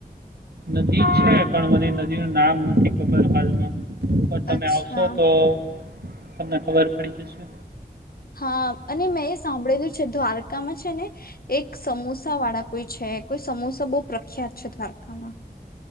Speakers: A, on the right; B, on the left.
A: નદી છે, પણ મને નદી ન નામ નથી ખબર હાલમાં પણ તમે
B: અચ્છા
A: આવશો તો તમને ખબર પડી જશે,
B: હા અને મેં એ સાંભળેલું છે <unintelligible> એક સમોસા વાળા કોઈ છે, કોઈ સમોસા બહુ પ્રખ્યાત છે, દ્વારકામાં